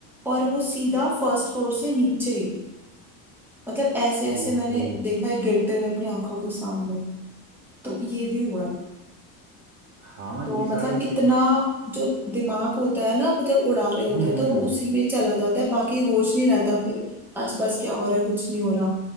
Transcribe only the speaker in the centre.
और वो सीधा फर्स्ट फ्लोर से नीचे ही मतलब ऐसे ऐसे
मैंने देखा है गिरते हुए अपनी आंखों के सामने तो ये भी हुआ है
तो
मतलब
इतना जो दिमाग होता है ना वो जब उड़ा रहे होते
हैं
तो वो उसी में चला जाता है बाकी होश नहीं रहता फिर आसपास क्या हो रहा है कुछ नहीं हो रहा